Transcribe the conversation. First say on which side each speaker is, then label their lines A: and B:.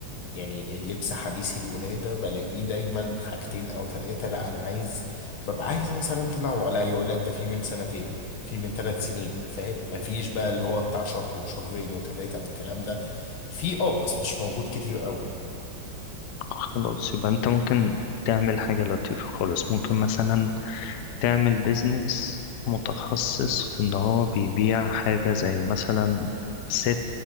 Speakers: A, on the left; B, on the left.
A: يعني اللبس حديث الولاده بلاقيه دايما حاجتين او ثلاثه لا انا عايز ببقى عايز مثلا تنوع لا يقول لك ده في من سنتين في من ثلاث سنين فاهم مفيش بقى اللي هو بتاع شهر وشهرين وثلاثه والكلام ده في اه بس مش موجود كتير قوي
B: خلاص يبقى انت ممكن تعمل حاجة لطيفة خالص ممكن مثلا تعمل بيزنس متخصص في ان هو بيبيع حاجة زي مثلا ست